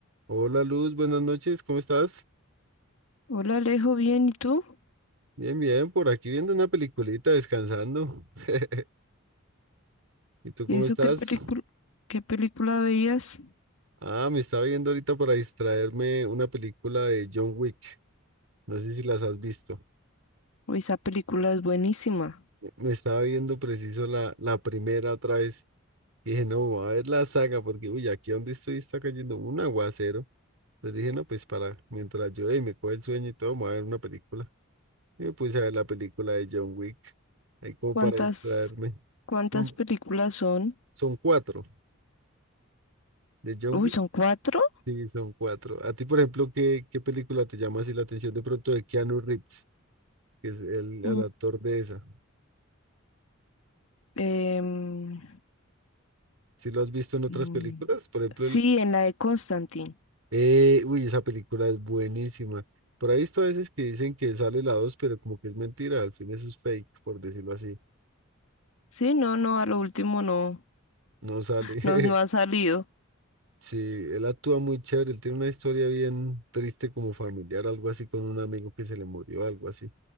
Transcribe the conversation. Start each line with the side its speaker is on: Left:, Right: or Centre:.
Right: Hola Luz, buenas noches, ¿cómo estás?
Left: Hola Alejo, bien, ¿y tú?
Right: Bien, bien, por aquí viendo una peliculita, descansando. <laughs> ¿Y tú
Left: ¿Y
Right: cómo
Left: eso
Right: estás?
Left: qué película, qué película veías?
Right: Ah, me estaba viendo ahorita para distraerme una película de John Wick, no sé si las has visto.
Left: Uy, Esa película es buenísima.
Right: Me estaba viendo preciso la, la primera otra vez. Y dije, no, voy a ver la saga, porque uy, aquí donde estoy está cayendo un aguacero. Entonces dije, no, pues para, mientras yo y me coge el sueño y todo, me voy a ver una película. Y me puse a ver la película de John Wick, ahí como
Left: ¿Cuántas,
Right: para distraerme.
Left: cuántas
Right: Son,
Left: películas son?
Right: son cuatro. De John
Left: Uy,
Right: Wick,
Left: ¿son cuatro?
Right: sí, son cuatro. A ti, por ejemplo, ¿qué, qué película te llama así la atención de pronto de Keanu Reeves, que es el, el
Left: Mm.
Right: actor de esa?
Left: Em,
Right: ¿Sí lo has visto en otras
Left: mm,
Right: películas? Por ejemplo,
Left: sí,
Right: el,
Left: en la de Constantine.
Right: eh, uy, esa película es buenísima. Por ahí he visto a veces que dicen que sale la dos, pero como que es mentira, al fin eso es fake, por decirlo así.
Left: Sí, no, no, a lo último no,
Right: No sale.
Left: no, no
Right: <laughs>
Left: ha salido.
Right: Sí, él actúa muy chévere, él tiene una historia bien triste como familiar, algo así con un amigo que se le murió, algo así.